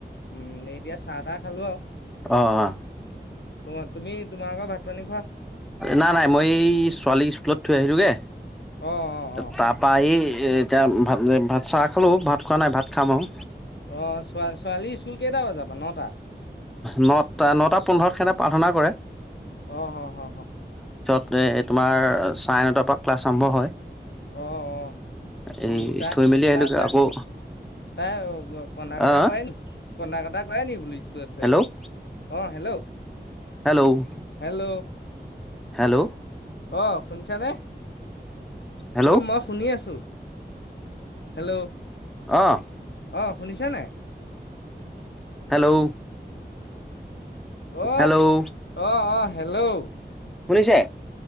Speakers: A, on the left; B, in the centre.
A: উম এতিয়া চাহ তাহ খালোঁ আৰু
B: অ অ
A: অ তো। তুমি তোমাৰ লোকৰ ভাত পানী।
B: নাই-নাই মই এই ছোৱালী স্কুলত। থৈ আহিলোঁগে।
A: অ অ
B: ত
A: অ
B: তাপা এই। এতিয়া ভাত ভাত চাহ খালোঁ ভাত খোৱা নাই ভাত খাম আৰু।
A: অ' চোৱা-ছোৱালী স্কুল কেইটা বজাৰ পৰা নটা?
B: নটা-নটা পোন্ধৰত হেতে প্ৰাৰ্থনা কৰে।
A: অ হ-হ।
B: যে তোমাৰ চাৰে নটাৰ পৰা ক্লাছ আৰম্ভ হয়।
A: অঁ-অঁ,
B: এই
A: তাই-তাই-তাই-তাই
B: থৈ মেলি আহিলোগে আকৌ
A: কন্দা কটা
B: আহ
A: কৰে নেকি কন্দা কটা কৰে নেকি স্কুল থৈ
B: হেল্ল'
A: আহিলে অঁ হেল্ল'
B: হেল্ল'
A: হেল্ল'
B: হেল্ল'
A: অ শুনিছানে?
B: হেল্ল'
A: ঐ মই শুনি আছো। হেল্ল'
B: অহ
A: অঁ শুনিছা নাই?
B: হেল্ল',
A: অ'
B: হেল্ল'
A: অহ-অহ হেল্ল', অুফ <unintelligible>
B: শুনিছে।